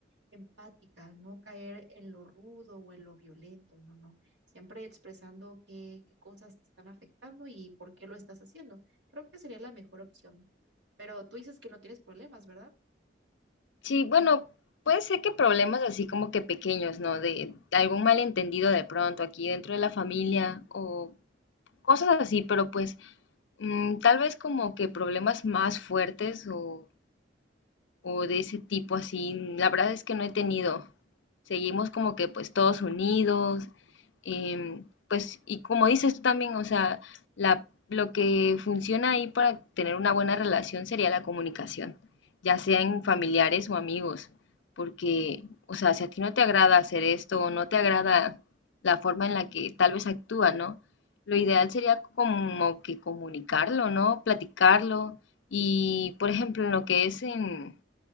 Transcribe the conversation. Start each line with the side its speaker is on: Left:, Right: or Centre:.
Right: empática, no caer en lo rudo o en lo violento, no, no, siempre expresando qué, qué cosas te están afectando y por qué lo estás haciendo. Creo que sería la mejor opción. Pero tú dices que no tienes problemas, ¿verdad?
Left: Sí, bueno, puede ser que problemas así como que pequeños, ¿no? De algún malentendido de pronto aquí dentro de la familia o cosas así, pero pues mm, tal vez como que problemas más fuertes o o de ese tipo así, la verdad es que no he tenido. Seguimos como que pues todos unidos, em, pues y como dices tú también, o sea, la, lo que funciona ahí para tener una buena relación sería la comunicación, ya sea en familiares o amigos, porque, o sea, si a ti no te agrada hacer esto o no te agrada la forma en la que tal vez actúa, ¿no? Lo ideal sería como que comunicarlo, ¿no? Platicarlo y, por ejemplo, en lo que es en